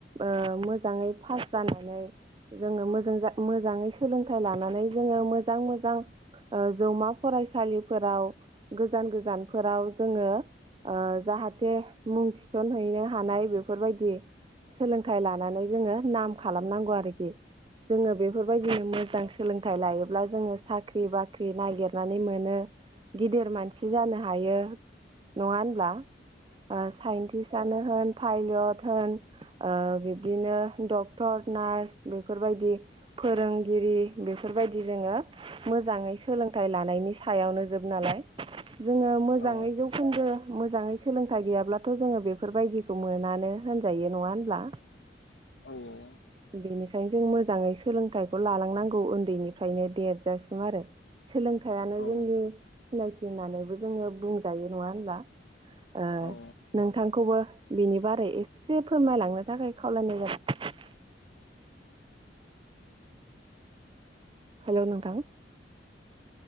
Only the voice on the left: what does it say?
औ
औ औ
औ
औ